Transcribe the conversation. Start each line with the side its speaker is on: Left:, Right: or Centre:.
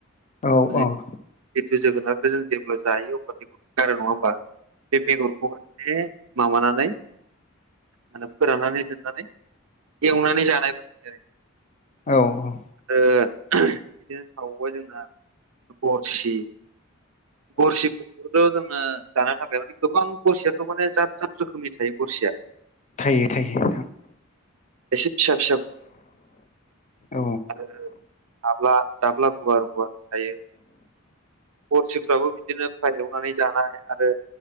Left: औ
Right: माने
Left: औ
Right: जिथु जोगोनारखौ जों जेब्ला जायो अब्ला बेगर गारो नङा होमबा बे बेगरखौ माने माबानानै मानो फोराननानै दोननानै एवनानै जानाय <unintelligible>
Left: औ औ
Right: ओ बिदिनो थाबावबाय जोंना गरसि। गरसिफोरखौथ' जोङो जानो थाखाय माने गोबां गरसियाथ' माने जात जाद रोखोमनि थायो गरसिया।
Left: थायो थायो
Right: एसे फिसा फिसा
Left: औ
Right: आरो दाब्ला दाब्ला गुवार गुवारबो थायो। गरसिफ्राबो बिदिनो फ्राय एवनानै जानाय आरो